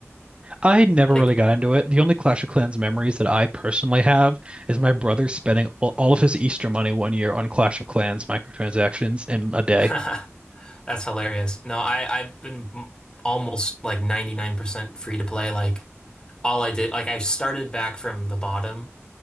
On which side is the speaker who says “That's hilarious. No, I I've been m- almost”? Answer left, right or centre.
Left